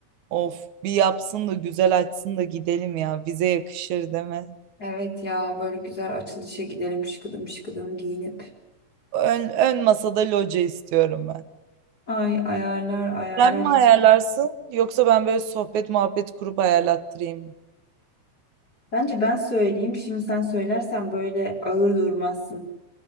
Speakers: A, on the right; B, on the left.
A: of bir yapsın da güzel açsın da gidelim ya. Bize yakışır değil mi?
B: Evet ya böyle güzel açılışa gidelim şıkıdım şıkıdım giyinip.
A: Ön, ön masada loca istiyorum ben.
B: Ay ayarlar ayarlar
A: Sen mi
B: hiç.
A: ayarlarsın yoksa ben böyle sohbet muhabbet kurup ayarlattırayım mı?
B: Bence ben söyleyeyim. Şimdi sen söylersen böyle ağır durmazsın.